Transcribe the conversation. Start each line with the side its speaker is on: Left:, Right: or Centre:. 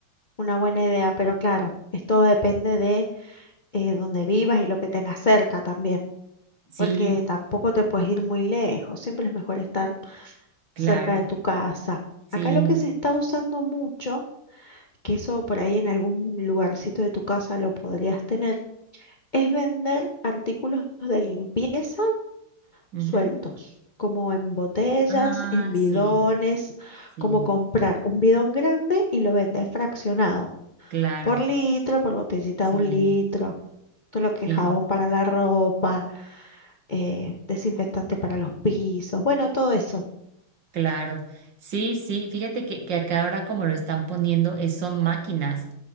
Left: Una buena idea, pero claro, esto depende de eh, dónde vivas y lo que tengas cerca también,
Right: sí,
Left: porque tampoco te puedes ir muy lejos, siempre es mejor estar
Right: claro,
Left: cerca de tu casa.
Right: sí.
Left: Acá lo que se está usando mucho, que eso por ahí en algún lugarcito de tu casa lo podrías tener, es vender artículos de limpieza
Right: ujú.
Left: sueltos, como en botellas,
Right: Ah,
Left: en bidones,
Right: sí, sí,
Left: como comprar un bidón grande y lo vendes fraccionado.
Right: claro,
Left: por litro, por botellita
Right: sí,
Left: de un litro. Todo lo que
Right: sí.
Left: es jabón para la ropa, eh, desinfectante para los pisos, bueno, todo eso.
Right: Claro, sí, sí, fíjate que, que acá ahora como lo están poniendo es, son máquinas.